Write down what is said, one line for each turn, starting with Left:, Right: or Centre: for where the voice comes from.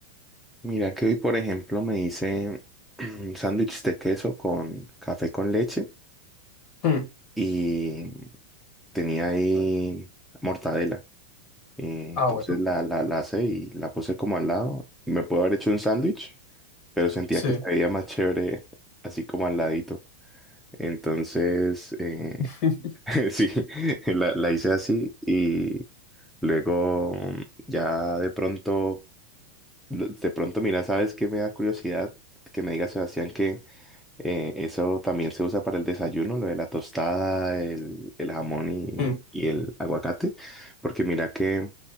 Centre: Mira que hoy, por ejemplo, me hice <clears throat> un sándwich de queso con café con leche
Left: Mm,
Centre: y tenía ahí mortadela. Eh,
Left: Ah,
Centre: Entonces
Left: bueno.
Centre: la, la, la asé y la puse como al lado. Me puedo haber hecho un sándwich, pero sentía
Left: sí.
Centre: que se veía más chévere así como al ladito. Entonces, eh,
Left: <laughs>
Centre: <laughs> sí, la, la hice así y luego mm, ya de pronto lo- De pronto, mira, ¿sabes qué me da curiosidad? Que me diga Sebastián que eh, eso también se usa para el desayuno, lo de la tostada, el, el jamón y,
Left: Mm.
Centre: y el aguacate. Porque mira que